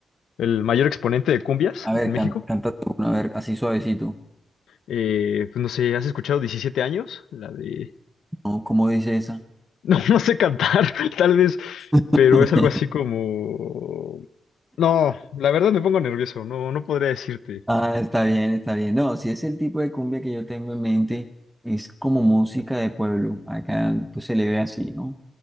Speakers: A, on the left (about 85°); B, in the centre.
A: el mayor exponente de cumbias
B: A
A: en
B: ver,
A: México.
B: can- canta tú, a ver, así suavecito.
A: Eh, pues no sé, ¿has escuchado 17 años? La de... <laughs>
B: ¿no? ¿Cómo dice esa?
A: No, no sé cantar, <laughs> tal vez,
B: <laughs>
A: pero es algo así como... No, la verdad me pongo nervioso, no, no podría decirte.
B: Ah, está bien, está bien. No, si es el tipo de cumbia que yo tengo en mente, es como música de pueblo. Acá pues, se le ve así, ¿no?